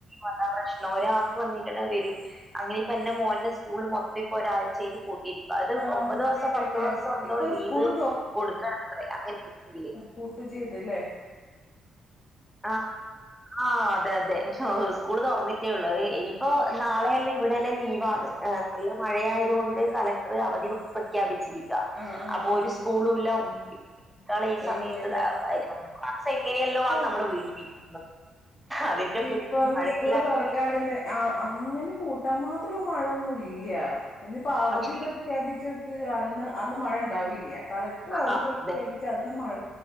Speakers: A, in the centre; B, on the left.
A: അതാ പ്രശ്നം ഒരാൾക്ക് വന്നട്ടേണ്ട വരും അങ്ങനെ ഇപ്പ എന്റെ മോൻന്റെ സ്കൂള് മൊത്തം ഇപ്പോ ഒരാഴ്ചേരി പോട്ട കി അത്
B: ആഹ്
A: ഒമ്പത്
B: പൂട്ടിയിട്ടല്ലേ
A: ദിവസോ പത്ത് ദിവസം എണ്ടോ
B: ഇപ്പൊ
A: ലീവ്
B: സ്കൂള്
A: കൊടുക്കണംത്രേ അങ്ങനെ
B: പൂട്ട് ചെയ്തു അല്ലേ
A: ആ ആ അതെ അതെ സ്കൂൾ തുറന്നിട്ടേ ഉള്ളൂ ഇനിയിപ്പോ
B: ആഹ്
A: നാളെയല്ലേ ഇവിടെല്ല ലീവാണ് നല്ല മഴയതുക കൊണ്ട് കലക്ടർ അവധി വക്കി പ്രഖ്യാപിച്ചിരിക്ക
B: ആഹ് ആഹ്
A: അപ്പൊ
B: ആഹ്
A: ഒരു സ്കൂളല്ല ഒന്നാള ഈ സമയത്ത്
B: ഇല്ലല്ലേ
A: ക്സ എങ്ങനെയല്ലോ
B: ഇപ്പൊ
A: നമ്മള് വീട്ടിലിരിക്കുന്നത് അതിന്റെ കൂടെ
B: ഇപ്പൊ അത്
A: മഴയെല്ലായിട്ട്
B: സ്കൂൾ തുറക്കാടില്ലേ ആ അങ്ങനെ പൂട്ടാൻ മാത്രമുള്ള മഴയൊന്നുംല്ല ഇനിപ്പോ അവധി
A: പക്ഷേ
B: പ്ര പ്രഖ്യാപിച്ചക്ക് അന്ന് അന്ന് മഴ ഉണ്ടാവില്ല കളക്ടർ അവധി
A: ആഹ്
B: പ്രഖ്യാപിച്ചന്ന്
A: അതെ
B: മഴ